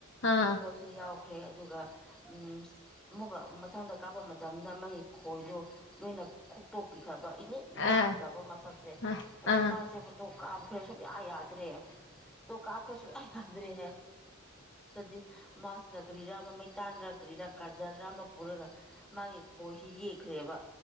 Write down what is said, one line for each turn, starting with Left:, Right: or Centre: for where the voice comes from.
Left: ꯑꯥ
Centre: ꯃꯈꯣꯏꯁꯦ ꯌꯥꯎꯈ ꯈ꯭ꯔꯦ ꯑꯗꯨꯒ ꯎ ꯑꯃꯨꯀ ꯃꯊꯪꯗ ꯀꯥꯞꯄ ꯃꯇꯝꯗ ꯃꯒꯤ ꯈꯣꯏꯗꯨ ꯅꯣꯏꯅ ꯈꯨꯛꯇꯣꯛꯄꯤꯈ꯭ꯔꯕ ꯏꯅꯤꯠ ꯅꯥꯟꯈ꯭ꯔꯕ
Left: ꯑꯥ
Centre: ꯃꯁꯛꯁꯦ
Left: ꯑꯥ
Centre: ꯑꯗꯨꯏ
Left: ꯑꯥ
Centre: ꯃꯥꯁꯦ ꯐꯣꯇꯣ ꯀꯥꯞꯈ꯭ꯔꯦ ꯁꯨꯡꯌꯥ ꯌꯥ ꯦ ꯇꯣ ꯀꯥꯞ ꯀꯁꯨ ꯌꯥꯗꯦ ꯗꯤ ꯃꯥꯁꯤꯗ ꯀꯔꯤꯔꯥ ꯑꯃ ꯃꯩꯇꯥꯟꯔꯥ ꯀꯔꯤꯔꯥ ꯀꯥꯖꯜꯔ ꯑꯃ ꯄꯨꯔꯒ ꯃꯥꯒꯤ ꯈꯣꯏꯁꯤ ꯌꯦꯛꯈ꯭ꯔꯦꯕ